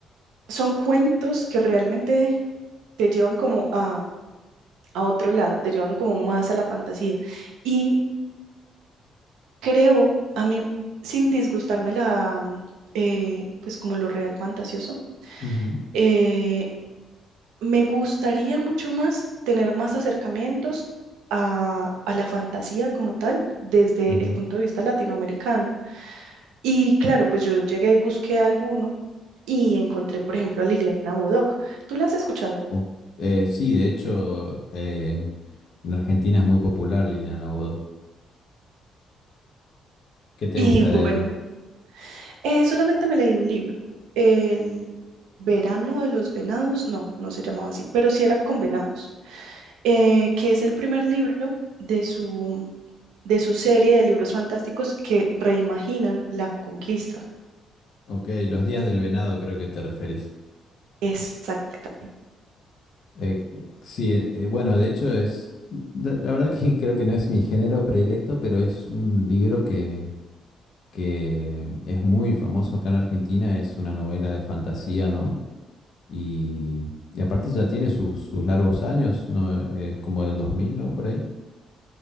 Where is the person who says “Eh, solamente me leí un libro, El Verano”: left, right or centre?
Right